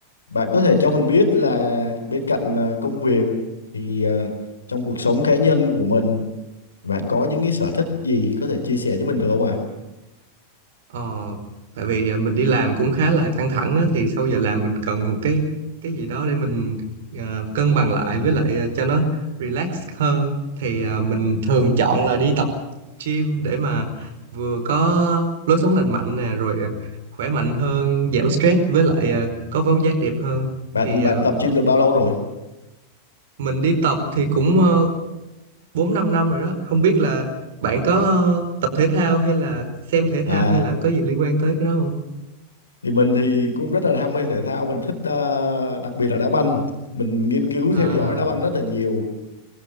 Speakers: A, on the left; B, on the right.
A: Bạn có thể cho mình biết là bên cạnh à, công việc thì à, trong cuộc sống cá nhân của mình bạn có những cái sở thích gì có thể chia sẻ cho mình được không ạ?
B: Ờ, tại vì à, mình đi làm cũng khá là căng thẳng á, thì sau giờ làm mình cần một cái cái gì đó để mình à, cân bằng lại
A: Dạ.
B: với lại à, cho nó relax hơn thì à, mình thường chọn là đi tập gym để mà vừa có lối sống lành mạnh nè rồi à, khỏe mạnh hơn giảm stress với lại à, có vóc dáng đẹp hơn
A: Bạn
B: thì
A: bạn
B: à,
A: tập gym được bao lâu rồi?
B: mình đi tập thì cũng uh, 4 5 năm rồi đó không biết là bạn có ờ, tập thể thao hay là xem thể
A: À
B: thao hay là có gì liên quan tới cái đó không?
A: thì mình thì cũng rất là ham mê thể thao, mình thích à, đặc biệt là đá banh. Mình nghiên cứu
B: À.
A: theo dõi đá banh rất là nhiều.